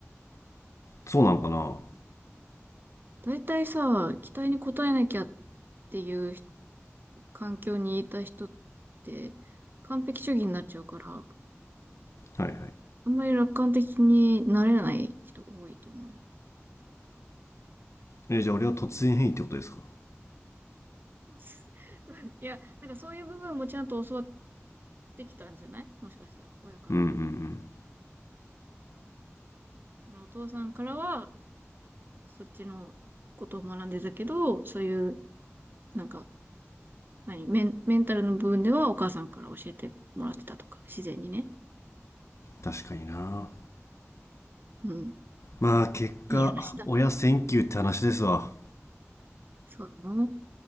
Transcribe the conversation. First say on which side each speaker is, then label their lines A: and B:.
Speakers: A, on the left (about 75°); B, on the right (about 45°).
A: そうなんかなは
B: 大体さ、期待に応えなきゃっていう環境にいた人って、完璧主義になっちゃうから、
A: いはい
B: あんまり楽観的になれない人多いと思うよ。
A: えじゃあ俺は突然変異ってことですか
B: <laughs> いや、なんかそういう部分もちゃんと教わってきたんじゃないもしかしたら、親から。
A: うんうんうん。
B: そのお父さんからは、そっちのことを学んでたけど、そういう、なんか、何、メン、メンタルの部分ではお母さんから教えてもらってたとか、自然にね。
A: 確かにな
B: うん。
A: まあ結果親センキューって話ですわ
B: いい話だ。そうなの。